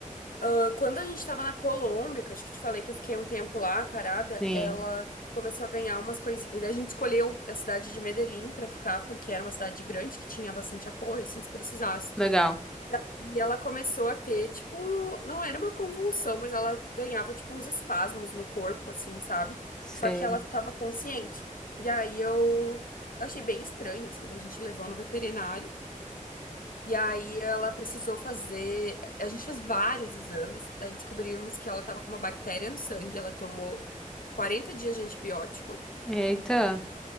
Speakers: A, on the left (about 85°); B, in the centre.
A: ah, quando a gente estava na Colômbia, que eu acho que eu te falei que eu fiquei um tempo lá, parada,
B: Sim,
A: ela começou a ganhar umas coisinhas. E daí a gente escolheu a cidade de Medellín para ficar, porque era uma cidade grande que tinha bastante apoio, assim, se precisasse.
B: legal.
A: E ela começou a ter, tipo, não era uma convulsão, mas ela ganhava, tipo, uns espasmos no corpo, assim, sabe?
B: Sei.
A: Só que ela tava consciente. E aí eu achei bem estranho, assim, daí a gente levou no veterinário. E aí ela precisou fazer. A gente fez vários exames, daí descobrimos que ela tava com uma bactéria no sangue. Ela tomou 40 dias de antibiótico.
B: Eita.